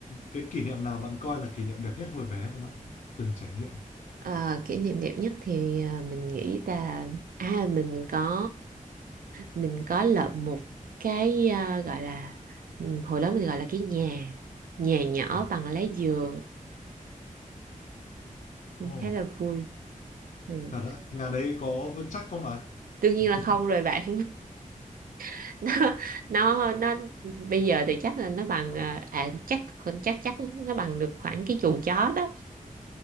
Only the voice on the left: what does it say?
cái kỷ niệm nào bạn coi là kỷ niệm đẹp nhất hồi bé mà bạn từng trải nghiệm
ồ
ồ
thật á nhà đấy có vững chắc không bạn
<laughs>